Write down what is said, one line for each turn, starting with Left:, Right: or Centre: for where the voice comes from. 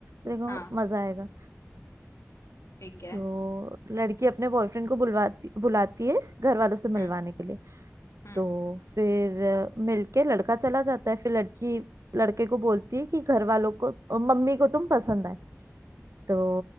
Right: देखो
Left: हाँ
Right: मजा आएगा
Left: ठीक है
Right: तो लड़की अपने बॉयफ्रेंड को बुलवाती बुलाती है घर वालों से मिलवाने
Left: हम्म
Right: के लिए
Left: हम्म
Right: तो फिर मिलके लड़का चला जाता है फिर लड़की लड़के को बोलती है कि घर वालों को मम्मी को तुम पसंद आए तो